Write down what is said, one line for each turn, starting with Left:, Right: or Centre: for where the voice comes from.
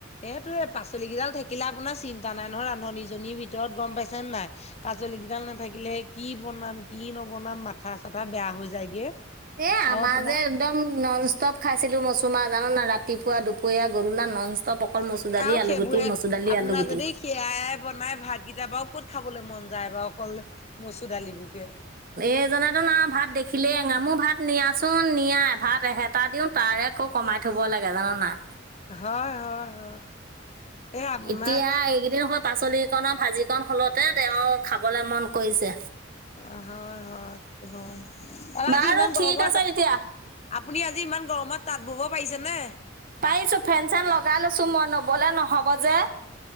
Left: এইটো এই পাচলিকেইডাল থাকিলে আপোনাৰ চিন্তা নাই নহয় ৰান্ধনীজনীৰ ভিতৰত গম পাইছেনে নাই পাচলি কেইডাল নাথাকিলে কি বনাম কি নবনাম মাথা চাথা বেয়া হৈ যায়গে
Right: এ
Left: আৰু
Right: আমাৰ
Left: আপোনাৰ
Right: যে একদম নন ষ্টপ খাইছিলো মচুমাহ জানান নাই ৰাতিপুৱা দুপৰীয়া গধুলা নন ষ্টপ অকল মচুৰ দালি
Left: আৰু
Right: আলুগুটি
Left: সেইবোৰে
Right: মচুৰ দালি
Left: আপোনাৰ
Right: আলুগুটি
Left: যদি সেয়াই বনাই ভাত কেইটা বাৰু ক'ত খাবলৈ মন যায় যায় বাৰু অকল মচুৰ দালিবোৰকে
Right: এজানাটো না ভাত দেখিলেই এঙামো মো ভাত নিয়াচো নিয়া ভাত এহেটা দিওঁ তাৰে আকৌ কমাই থব লাগে জান নাই
Left: হয় হয় হয় এ আপোনাৰ
Right: এতিয়া এইকেইদিন হয় পাচলিকন ভাজিকন হলতে তেওঁ খাবলে মন কৰিছে
Left: অ' হয় হয় হয় আৰু
Right: বাৰু
Left: আজি ইমান
Right: ঠিক
Left: গৰম
Right: আছে তেতিয়া
Left: আপুনি আজি ইমান গৰমত তাঁত বব পাৰিছেনে
Right: পাৰিছো ফেন চেন লগাই লৈছো মই নবলে নহ'ব যে